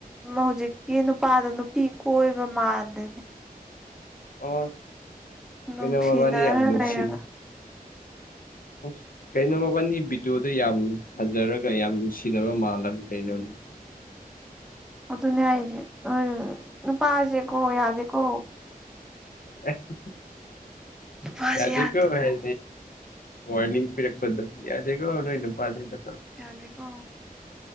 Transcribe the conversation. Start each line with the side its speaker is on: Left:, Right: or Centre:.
Centre: ꯍꯧꯖꯤꯛꯀꯤ ꯅꯨꯄꯥꯗ ꯅꯨꯄꯤ ꯀꯣꯏꯕ ꯃꯥꯜꯗꯣꯏꯅꯦ
Left: ꯑ
Centre: ꯅꯨꯡꯁꯤꯅꯔ
Left: ꯀꯩꯅ ꯃꯕꯥꯅꯤ ꯌꯥꯝ ꯅꯧꯁꯤ
Centre: ꯂꯩꯔꯒ
Left: ꯑꯁ ꯀꯩꯅꯣꯃꯅꯤ ꯚꯤꯗꯤꯑꯣꯗꯣ ꯌꯥꯝ ꯍꯟꯖꯔꯒ ꯌꯥꯝ ꯅꯨꯡꯁꯤꯅꯕ ꯃꯥꯜꯂꯝꯃꯤ ꯄꯩꯅꯣ
Centre: ꯑꯣ ꯑꯗꯨꯅ ꯍꯥꯏꯏꯦ ꯅꯨꯄꯥꯖꯦ ꯀꯣ ꯌꯥꯗꯦ ꯀꯣ
Left: <unintelligible>
Centre: ꯅꯨꯄꯥꯁꯦ
Left: ꯌꯥꯗ
Centre: ꯌꯥꯗꯦꯀꯣ
Left: ꯀꯣ ꯍꯥꯏ ꯋꯥꯔꯅꯤꯡ ꯄꯤ ꯌꯥꯗꯦꯒꯣꯅꯣꯏ ꯄꯥꯁꯗ
Centre: ꯌꯥꯗꯦꯀꯣ